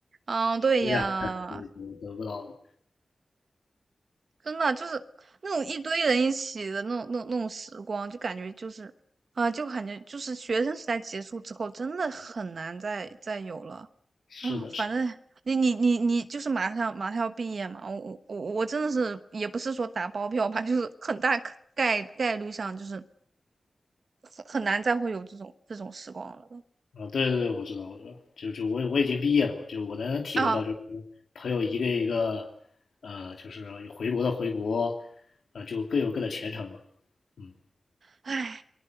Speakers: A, on the right; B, on the left.
A: 嗯，对呀，
B: 有点儿对对得不到的。
A: 真的就是那种一堆人一起的那种、那种、那种时光，就感觉就是啊，就感觉就是学生时代结束之后，真的很难再再有了
B: 是的，
A: 啊。反正你你你你就是马上马上要毕业嘛，
B: 是。
A: 我我我我真的是也不是说打包票吧，就是很大可概概率上就是很很难再会有这种这种时光了
B: 啊，对对对，我知道，我知道，就就我我已经毕业了嘛，就我能体会到，
A: 啊，
B: 就是朋友一个一个，呃，就是回国的回国，呃，就各有各的前程嘛，嗯，
A: 唉。